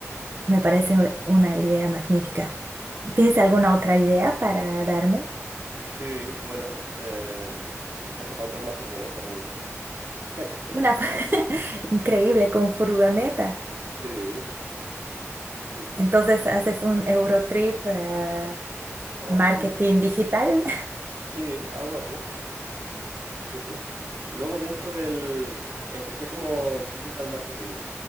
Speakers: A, on the right; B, on the right.
A: me parece una idea magnífica. ¿Tienes alguna otra idea para darme?
B: sí, bueno, eh, que te compre una furgoneta como yo. <laughs>
A: Una <laughs> increíble con furgoneta.
B: Sí, sí, sí,
A: Entonces haces un Eurotrip eh,
B: trabajando.
A: marketing digital.
B: Sí, algo así. Sí, sí. Luego dentro del... Empecé como Digital Marketing